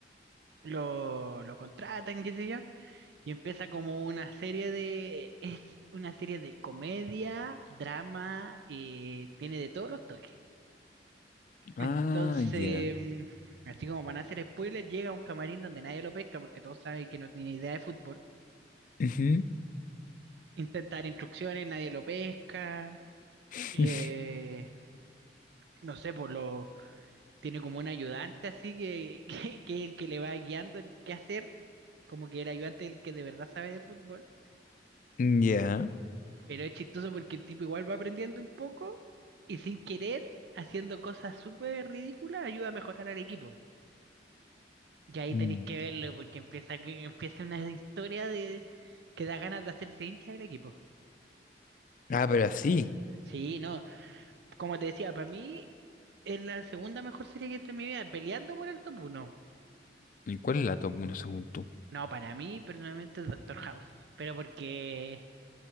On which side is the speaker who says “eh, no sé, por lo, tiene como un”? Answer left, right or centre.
Right